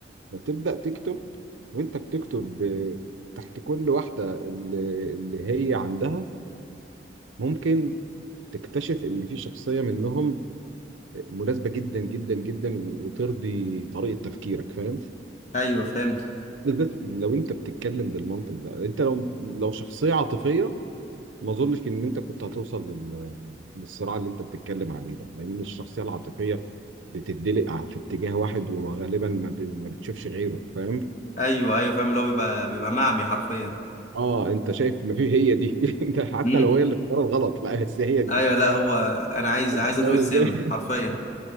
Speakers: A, on the right; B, on the left.
A: وتبدأ تكتب وانت بتكتب آه، تحت كل واحدة اللي اللي هي عندها ممكن تكتشف ان في شخصية منهم مناسبة جدا جدا جدا وترضي طريقة تفكيرك فاهم؟
B: ايوه فهمت
A: بالذات لو انت بتتكلم بالمنطق ده انت لو لو شخصية عاطفية ما اظنش ان انت كنت هتوصل لل... للصراع اللي انت بتتكلم عليه ده لان الشخصيه العاطفيه بتدلق ع- في اتجاه واحد وغالبا ما, ب... ما بتشوفش غيره فاهم
B: ايوه ايوه فاهم اللي هو بيبقى بيبقى معمي حرفيا
A: اه انت شايف ما في هي دي <laughs> ده حتى
B: امم
A: لو هي اللي اختارت غلط لا بس هي دي
B: ايوه لا هو انا عايز
A: <laughs> أنت
B: عايز
A: فاهم
B: ادوق السم
A: إزاي؟
B: حرفيا
A: <laughs>